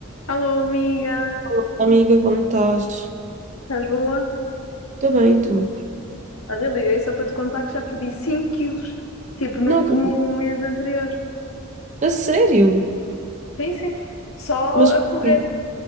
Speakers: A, on the left; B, on the right.
A: Alô, amiga,
B: Olá, Amiga, como estás?
A: estás boa?
B: Estou bem, tu?
A: Olha, liguei só para te contar que já perdi 5 quilos, tipo no,
B: Não acredito.
A: no mês anterior.
B: A sério?
A: Sim, sim, só
B: Mas porquê?
A: a correr.